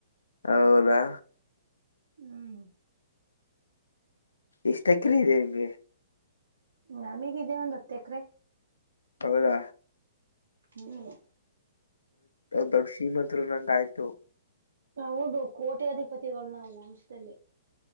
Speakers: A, on the left; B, on the right.
A: ಹೌದಾ
B: ಹ್ಮ್
A: ಇಷ್ಟಕ್ಕೆಲ ಇದೆ ನಿಮ್ಗೆ
B: ನಮೀಗಿದೆ ಒಂದ್ ಹತ್ತ ಎಕ್ರೆ
A: ಹೌದಾ
B: ಹ್ಮ್
A: ದೊಡ್ ಶ್ರೀಮಂತರು ನಂಗ ಆಯ್ತು
B: ಹೌದು ಕೋಟಿ ಅಧಿಪತಿಗಳು ನಾವು ವಂಶದಲ್ಲಿ